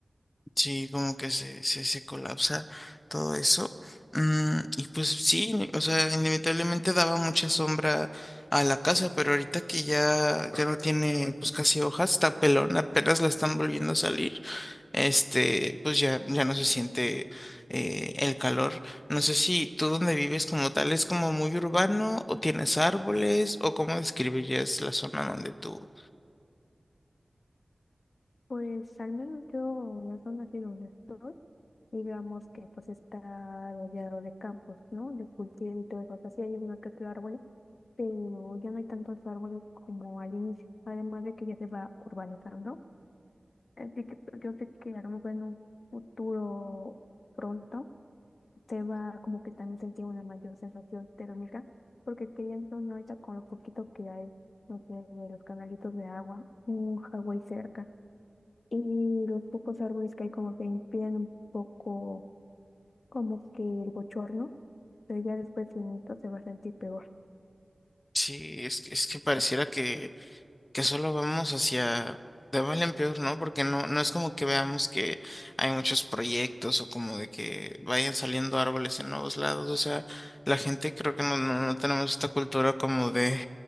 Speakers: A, on the left; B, on the left.
A: Sí, como que se, se, se colapsa todo eso. Mm, y pues sí, ni- o sea, inevitablemente daba mucha sombra a la casa, pero ahorita que ya, ya no tiene pues casi hojas, está pelón, apenas la están volviendo a salir, este, pues ya, ya no se siente eh, el calor. No sé si tú donde vives como tal es como muy urbano o tienes árboles o cómo describirías la zona donde tú...
B: Pues al menos yo, en la zona aquí donde estoy, digamos que pues está rodeado de campos, ¿no? De cultivo y todo eso. O sea, sí hay uno que otro árbol, pero ya no hay tantos árboles como al inicio. Además de que ya se va urbanizando. Así que pues, yo sé que a lo mejor en un futuro pronto te va como que también sentir una mayor sensación térmica, porque pienso yo ahorita con lo poquito que hay, no sé, de los canalitos de agua, un Hawái cerca, y los pocos árboles que hay como que impiden un poco como que el bochorno, pero ya después en esto se va a sentir peor.
A: Sí, es, que- es que pareciera que que solo vamos hacia de mal en peor, ¿no? Porque no, no es como que veamos que hay muchos proyectos o como de que vayan saliendo árboles en nuevos lados. O sea, la gente creo que no, no, no tenemos esta cultura como de,